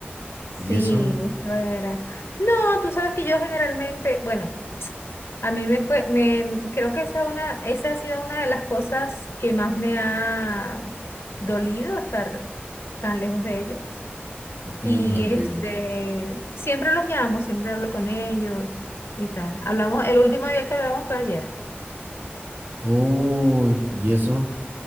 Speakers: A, on the left (about 80°); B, on the right (about 60°).
A: Sí,
B: ¿Y eso?
A: eso era. No, tú sabes que yo generalmente, bueno, a mí me, cue- me creo que esa una, esa ha sido una de las cosas que más me ha dolido estar tan lejos de ellos.
B: Mm,
A: Y
B: ok.
A: este, siempre los llamo, siempre hablo con ellos y tal. Hablamos, el último día que hablamos fue ayer.
B: Uy, ¿y eso?